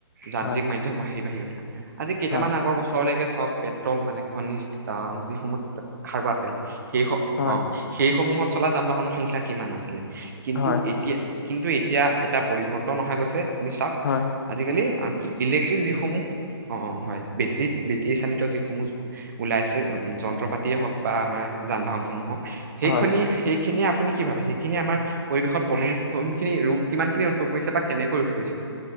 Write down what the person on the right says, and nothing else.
যান্ত্ৰিক
মাধ্যম বাঢ়ি বাঢ়ি গৈ। আজি কেইামান
আগৰ বছৰলৈকে। হক পেট্ৰল মানে খনিজ আহ যিসমূহ। খাৰুৱা তেল সেই
অ'সেইসমূহত। চলা যান-বাহনৰ সংখ্যা কিমান আছিলে? কিন্তু
এতিয়া। কিন্তু এতিয়া এটা পৰিৱৰ্তন অহা গৈছে। আপুনি চাওক
আজিকালি কি ইলেক্ট্ৰিক যিসমূহ অ হয় বেটেৰী। বেটী চালিত যিসমূহ ওলাইছে যন্ত্ৰ পাতিয়ে হওক বা আমাৰ যান-বাহনসমূহ হওক। সেইখনি
সেইখিনিয়ে আপুনি কি ভাবে সেইখিনিয়ে আমাৰ পৰিৱেশত প্ৰদূষণখিনি ৰোধ কিমানখিনি ৰোধ কৰিব পাৰিছে বা কেনেকৈ ৰোধ কৰিছে